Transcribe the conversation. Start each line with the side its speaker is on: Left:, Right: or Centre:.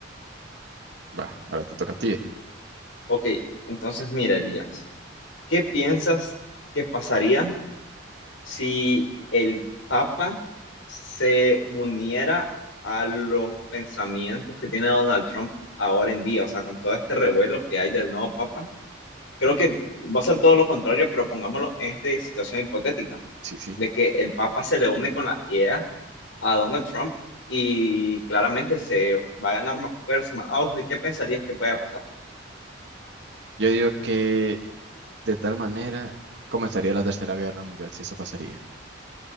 Right: Va, ahora te toca a ti.
Left: Ok, entonces mira, Elías, ¿qué piensas que pasaría si el Papa se uniera a los pensamientos que tiene Donald Trump ahora en día? O sea, con todo este revuelo que hay del nuevo Papa. Creo
Right: Mm,
Left: que va a ser todo lo contrario, pero pongámoslo en esta situación hipotética,
Right: Sí, sí.
Left: de que el Papa se le une con la idea a Donald Trump y claramente se va a ganar más fuerza, más auge. ¿Qué pensarías que pueda pasar?
Right: Yo digo que de tal manera comenzaría la Tercera Guerra Mundial, si eso pasaría.